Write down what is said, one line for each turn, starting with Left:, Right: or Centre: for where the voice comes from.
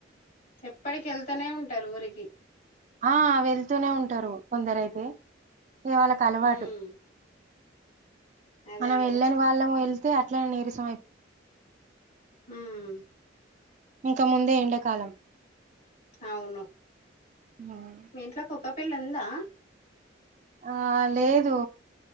Left: ఎప్పటికి ఎళ్తానే ఉంటారు ఊరికి
Right: ఆ వెళ్తూనే ఉంటారు కొందరు అయితే ఇవాళకు అలవాటు
Left: ఉమ్ అదే
Right: మనం
Left: కదా
Right: వెళ్ళని వాళ్ళం వెళ్తే అట్లనే నీరస
Left: ఉమ్
Right: ఇంక ముందే ఎండకాలం
Left: అవును
Right: ఉమ్.
Left: మీ ఇంట్లో కుక్క పిల్ళ ఉందా
Right: ఆ లేదు